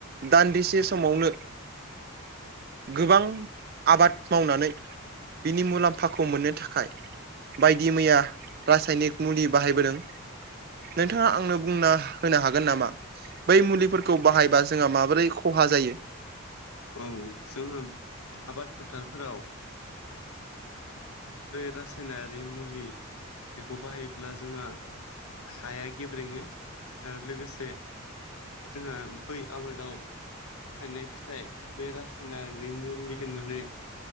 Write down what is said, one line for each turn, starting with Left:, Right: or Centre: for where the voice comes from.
Right: दान्दिसे समावनो गोबां आबाद मावनानै बिनि मुलाम्फाखौ मोननो थाखाय बायदि मैया रासायनिक मुलि बाहायबोदों नोंथाङा आंनो बुंना होनो हागोन नामा बै मुलिफोरखौ बाहायबा जोंहा माबोरै खहा जायो
Left: औ जोंहा आबाद फोथारफोराव बै रासायनारि मुलि बेखौ बाहायोब्ला जोंहा हाया गेब्रेङो आरो लोगोसे जोंहा बै आबादाव थायनाय फिथाइ बे रासायनारि मुलि होननानै